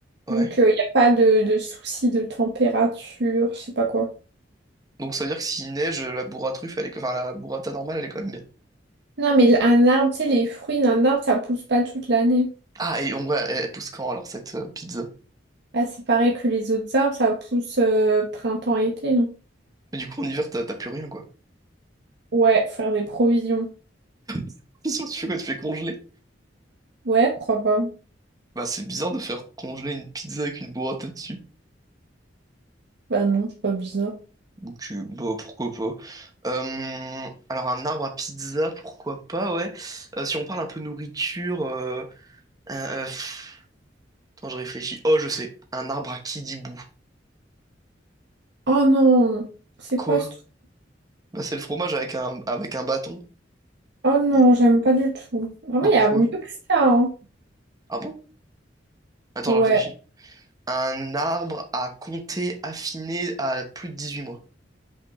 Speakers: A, on the right; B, on the right.
A: Ouais.
B: Donc, il n'y a pas de, de souci de température, je sais pas quoi.
A: Donc ça veut dire que s'il neige, la burra truffe, elle est... enfin la burrata normale, elle est quand même bien.
B: Non, mais un arbre, tu sais, les fruits d'un arbre, ça pousse pas toute l'année.
A: Ah, et on va, elle elle pousse quand alors cette euh, pizza?
B: Ah, c'est pareil que les autres arbres, ça pousse printemps-été.
A: Mais du coup, en hiver, t'as t'as plus rien, quoi.
B: Ouais, faire des provisions.
A: <laughs> Qu'est-ce que tu fais quoi? Tu fais congeler?
B: Ouais, pourquoi pas?
A: Bah, c'est bizarre de faire congeler une pizza avec une burrata dessus.
B: Bah non, c'est pas bizarre.
A: Donc, euh, bah, pourquoi pas. Euh, alors, un arbre à pizza, pourquoi pas, ouais. Euh, si on parle un peu nourriture, euh, euh, euh, pff, attends, je réfléchis. Oh, je sais. Un arbre à kidibou.
B: Oh non, c'est
A: Quoi?
B: quoi ce truc?
A: Bah, c'est le fromage avec un, avec un bâton.
B: Oh non,
A: Et,
B: j'aime pas du tout. Vraiment,
A: bah,
B: il
A: pourquoi?
B: y a mieux que ça. hein.
A: Ah bon? Attends,
B: Ouais,
A: je réfléchis. Un arbre à compter affiné à plus de dix-huit mois.